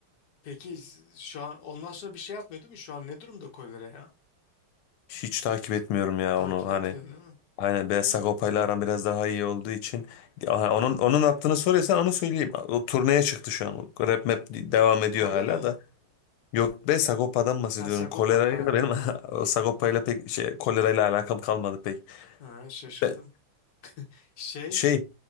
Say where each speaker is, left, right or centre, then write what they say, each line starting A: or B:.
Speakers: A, on the left (about 55°); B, on the left (about 90°).
A: peki şu an ondan sonra bir şey yapmıyor değil mi? Şu an ne durumda Kolera ya?
B: Hiç takip etmiyorum ya
A: Takip
B: onu hani
A: etmiyorsun değil mi?
B: aynen Beyaz Sagopa'yla aram biraz daha iyi olduğu için Aha, onun onun yaptığını soruyorsan onu söyleyeyim. O turneye çıktı şu an. Rap map devam ediyor
A: Kolera
B: hala
A: mı?
B: da. Yok be Sagopa'dan bahsediyorum.
A: Ha Sagopa
B: Kolerayla
A: ha.
B: benim <laughs> o Sagopa'yla pek şey kolerayla alakam kalmadı pek.
A: Ha şaşırdım.
B: Ben
A: Şey
B: şey